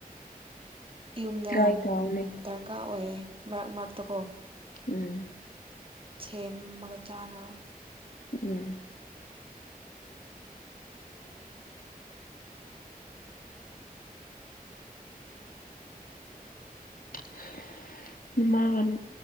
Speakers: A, on the right; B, on the left.
A: ꯌꯨꯝꯗ
B: ꯇ꯭ꯔꯥꯏ
A: ꯌꯥꯝ
B: ꯇꯧꯅꯦ
A: ꯗꯔꯀꯥꯔ ꯑꯣꯏꯌꯦ ꯃꯔꯛ ꯃꯔꯛꯇꯀꯣ
B: ꯎꯝ
A: ꯁꯦꯝꯃꯒ ꯆꯥꯅꯕ
B: ꯎꯝ <inaudible> ꯃꯥꯒ